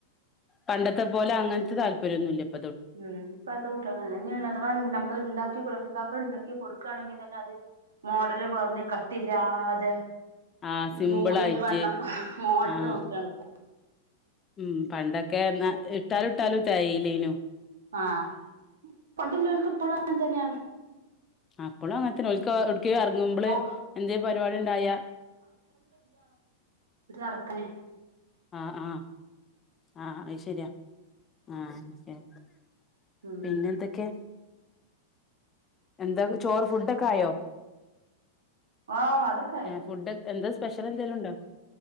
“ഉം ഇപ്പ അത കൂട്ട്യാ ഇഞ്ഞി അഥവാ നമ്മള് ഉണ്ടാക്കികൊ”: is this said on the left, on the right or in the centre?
Right